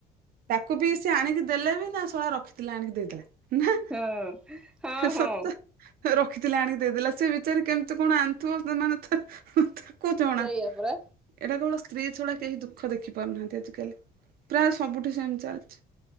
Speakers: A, on the right; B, in the centre.
A: ତାକୁ ବି ସିଏ ଆଣିକି ଦେଲେ ବି ତା ଶଳା ରଖିଥିଲା ଆଣିକି ଦେଇଦେଲା। ନାହା,
B: ହଁ ହଁ
A: ହେ
B: ହଁ
A: ସତ ରଖିଥିଲା ଆଣିକି ଦେଇଦେଲା। ସେ ବିଚାରି କେମିତି କଣ ଆଣ ତୋ ଦୁ ମାନେ ତ ତାକୁ ଜଣା।
B: ଏଟା ପୁରା
A: ଏଟା କେବଳ ସ୍ତ୍ରୀ ଛଡା କେହି ଦୁଃଖ ଦେଖିପାରୁନାହାନ୍ତି ଆଜିକାଲି। ପ୍ରାୟ ସବୁଠି ସେମତି ଚାଲିଛି।